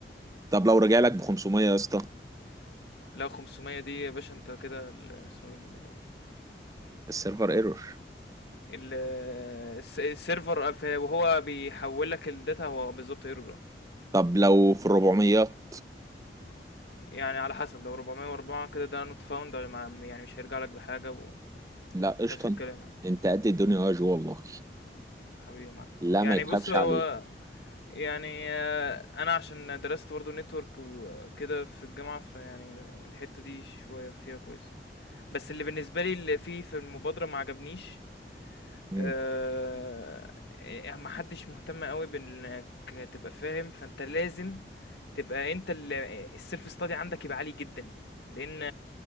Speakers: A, on the right; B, on the left.
A: طب لو رجع لك ب 500 يا اسطى
B: لا 500 دي يا باشا انت كده ال- اسمه ايه ال-
A: السيرفر ايرور
B: ال- الس- السيرفر ف- وهو بيحول لك الداتا هو بالظبط ايرور
A: طب لو في الربعميات
B: يعني على حسب لو 404 كده ده نوت فاوند يعني مش هيرجع لك بحاجة
A: لا قشطة
B: ونفس الكلام
A: انت
B: يعني.
A: انت قد الدنيا يا جو والله
B: حبيبي يا معلم
A: لا
B: يعني
A: ما يتخافش
B: بص هو
A: عليه
B: يعني آه، انا عشان درست برضه نتورك وكده في الجامعة فيعني الحتة دي شوية فيها كويس يعني بس اللي بالنسبة لي اللي فيه في المبادرة ما عجبنيش
A: مم.
B: آآ، آآ، ما حدش مهتم أوي بإنك تبقى فاهم، فأنت لازم تبقى أنت ال الself study عندك يبقى عالي جدًا، لإن